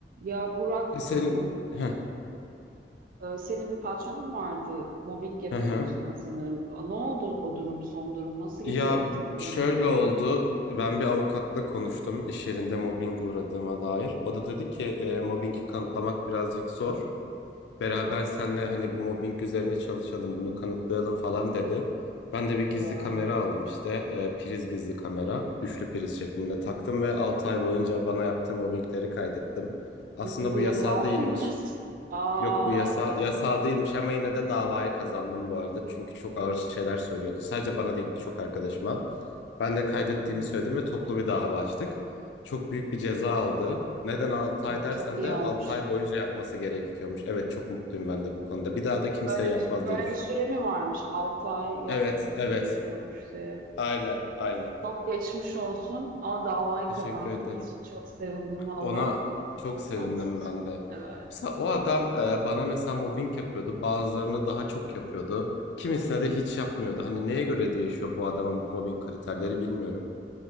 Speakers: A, on the right; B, on the left.
A: Ya Burak,
B: E, Senin
A: ıı,
B: Heh,
A: ıı, senin bir patronun vardı. Mobbing yapıyordu
B: hı hı.
A: sana sanırım. Ne oldu o durum, son durum? Nasıl gidiyor
B: Ya
A: ofiste durumlar?
B: şöyle oldu. Ben bir avukatla konuştum iş yerinde mobbinge uğradığıma dair. O da dedi ki e, mobbingi kanıtlamak birazcık zor. Beraber senle hani bu mobbing üzerine çalışalım, bunu kanıtlayalım falan dedi. Ben de bir gizli
A: Ya.
B: kamera aldım işte. e, priz gizli kamera. Üçlü priz şeklinde taktım ve 6 ay boyunca bana yaptığı mobbingleri kaydettim. Aslında
A: Peki bu
B: bu
A: yasal
B: yasal değilmiş.
A: mıymış? Aa,
B: Yok bu yasal,
A: Allah
B: yasal
A: kahretsin.
B: değilmiş ama yine de davayı kazandım bu arada. Çünkü çok ağır şeyler söylüyordu. Sadece bana değil birçok arkadaşıma. Ben de kaydettiğimi
A: Oo,
B: söyledim ve toplu bir dava açtık. Çok büyük bir ceza aldı. Neden 6
A: Bak
B: ay dersen
A: çok iyi
B: de
A: olmuş.
B: 6 ay boyunca yapması gerekiyormuş. Evet çok mutluyum ben de bu konuda. Bir daha da kimseye
A: Böyle
B: yapmaz
A: bir, böyle
B: diye düşünüyorum.
A: bir süre mi varmış? 6 ay yapılması
B: Evet, evet.
A: gerekiyormuş diye.
B: Aynen, aynen.
A: Çok geçmiş olsun ama davayı
B: Teşekkür
A: kazandığınız
B: ederim.
A: için çok sevindim valla.
B: Ona
A: Üf,
B: çok
A: Çok
B: sevindim
A: can sıkıcı.
B: ben de.
A: Evet.
B: Mesela o adam e, bana mesela mobbing yapıyordu. Bazılarına daha çok yapıyordu. Kimisine de hiç yapmıyordu. Hani neye göre değişiyor bu adamın mobbing kriterleri bilmiyorum.